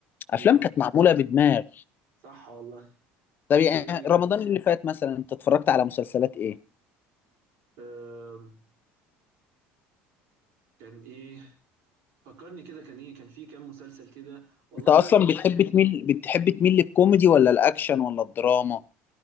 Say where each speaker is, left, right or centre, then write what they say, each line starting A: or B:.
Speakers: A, on the left; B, on the right.
A: افلام
B: أيوه
A: كانت معموله بدماغ
B: صح والله
A: طب يعني
B: زي إيه
A: رمضان اللي فات مثلا انت اتفرجت على مسلسلات ايه
B: أم، كان إيه فكرني كده كان إيه كان في كام مسلسل كده والله
A: انت اصلا
B: بص
A: بتحب تميل بتحب تميل للكوميدي ولا الاكشن ولا الدراما